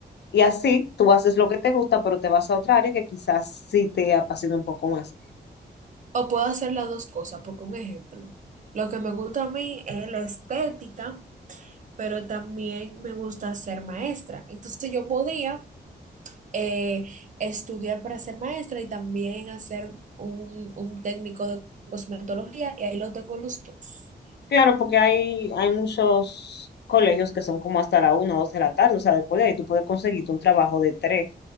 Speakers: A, on the left (about 75°); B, on the right (about 45°).
A: Y así tú haces lo que te gusta, pero te vas a otra área que quizás sí te apasiona un poco más.
B: O puedo hacer las dos cosas, porque un ejemplo, lo que me gusta a mí es la estética, pero también me gusta ser maestra. Entonces yo podría eh, estudiar para ser maestra y también hacer un, un técnico de cosmetología y ahí lo tengo los dos.
A: Claro, porque hay, hay muchos colegios que son como hasta la 1 o 2 de la tarde, o sea, después de ahí tú puedes conseguirte un trabajo de tres